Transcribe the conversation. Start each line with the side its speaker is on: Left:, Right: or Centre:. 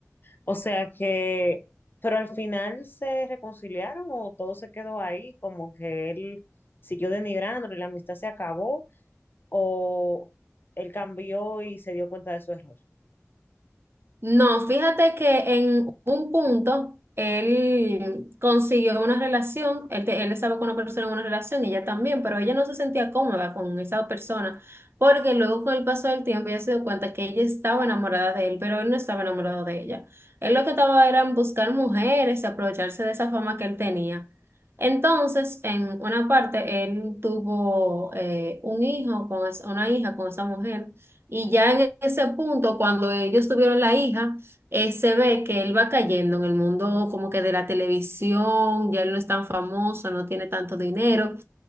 Left: o sea que, pero al final se reconciliaron o todo se quedó ahí, como que él siguió denigrándolo y la amistad se acabó, o él cambió y se dio cuenta de su error.
Right: No, fíjate que en un punto él consiguió una relación, él, te- él estaba con una persona en una relación, ella también, pero ella no se sentía cómoda con esa persona, porque luego con el paso del tiempo ella se dio cuenta que ella estaba enamorada de él, pero él no estaba enamorado de ella. Él lo que estaba era en buscar mujeres y aprovecharse de esa fama que él tenía. Entonces, en una parte, él tuvo eh, un hijo con es- una hija con esa mujer. Y ya en ese punto, cuando ellos tuvieron la hija, eh, se ve que él va cayendo en el mundo como que de la televisión, ya él no es tan famoso, no tiene tanto dinero.